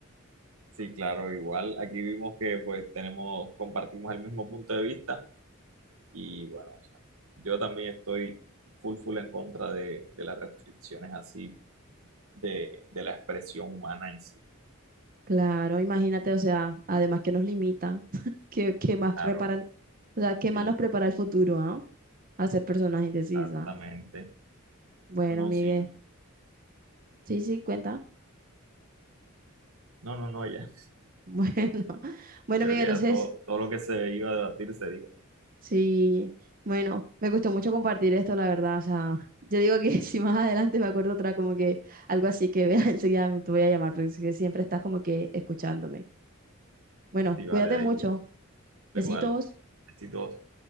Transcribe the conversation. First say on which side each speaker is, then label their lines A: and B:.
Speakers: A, on the right (about 75°); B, on the right (about 40°).
A: Sí, claro, igual aquí vimos que pues tenemos, compartimos el mismo punto de vista y bueno, o sea, yo también estoy full full en contra de, de las restricciones así de, de la expresión humana en sí.
B: Claro, imagínate, o sea, además que nos limitan, <laughs> que, que más
A: Claro,
B: reparan, o sea, qué más
A: sí,
B: nos prepara el futuro, ¿ah? A ser personas indecisas.
A: exactamente.
B: Bueno,
A: No,
B: Miguel,
A: sí,
B: sí, sí, cuenta. <laughs>
A: no, no, no, ya.
B: Bueno, bueno,
A: Creo
B: Miguel,
A: que
B: entonces...
A: ya todo, todo lo que se iba a debatir se dijo.
B: Sí, bueno, me gustó mucho compartir esto, la verdad. O sea, yo digo que <laughs> si más adelante me acuerdo otra, como que algo así que veas <laughs> enseguida, me- te voy a llamar, porque es que siempre estás como que escuchándome. Bueno,
A: Sí, vale,
B: cuídate
A: Daisy.
B: mucho.
A: no,
B: Besitos.
A: Tú igual. Besitos.